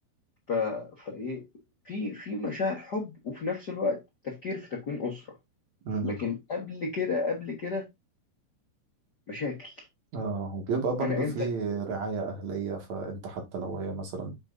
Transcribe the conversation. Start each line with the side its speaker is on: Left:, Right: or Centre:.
Left: ف... فايه في في مشاعر حب وفي نفس الوقت تفكير في تكوين اسره
Right: امم
Left: لكن قبل كده قبل كده مشاكل
Right: اه وبيبقى برضه
Left: انا
Right: في
Left: انت
Right: رعاية أهلية فأنت حتى لو هي مثلا